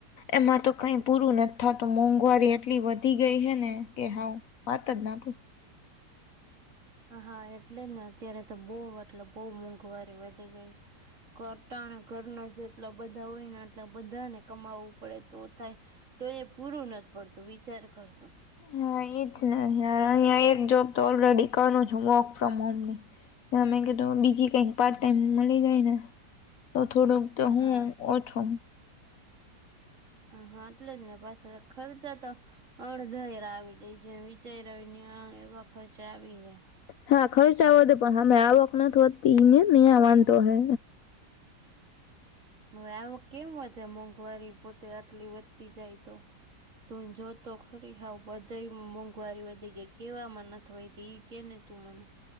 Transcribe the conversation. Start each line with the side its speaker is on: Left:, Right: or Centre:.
Left: એમાં તો કઈ પૂરું નથી થતું. મોંઘવારી એટલી વધી ગઈ હે ને કે હ વાત જ ના ભ
Right: હા એટલે જ ને અત્યારે તો બહ એટલે બહુ મોંઘવારી વધી ગઈ છે. કટાણે ઘરના જેટલા બધા હોય ને આટલા બધાને કમાવવું પડે તો થાય. તો એ પૂરું નથી પડતું વિચાર કરતો.
Left: હા એજ ને યાર અહીયાં એક જોબ તો ઓલરેડી કરું છું વર્ક ફ્રોમ હોમ ની. અમે કીધું બીજી કઈક પાર્ટ ટાઈમ મળી જાયને તો થોડુંક તો
Right: હા
Left: હું ઓછો
Right: હ હા એટલે જ ને પાછ ખર્ચા તો અડધ હાર આવી જાય જે વિચાર આવી ને આ એવા ખર્ચા આવી જાય
Left: હા ખર્ચ વધે પણ હામે આવક નથ વધતીને ન્યા વાંધો હે
Right: હવે આવો કેમ વધે મોંઘવારી પોતે આટલી વધતી જાય તો તું જોતો ખરી હઉ બધામાં મોંઘવારી વધી ગઈ કેવામાં નથી વયધિ હોય કે ને તુ મને